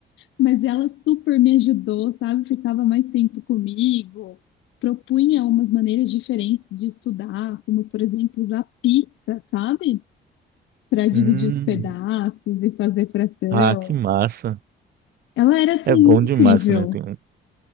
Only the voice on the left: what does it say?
Mas ela super me ajudou, sabe? Ficava mais tempo comigo, propunha umas maneiras diferentes de estudar, como, por exemplo, usar pizza, sabe? Para dividir
os pedaços e fazer fração.
Ela era assim
incrível.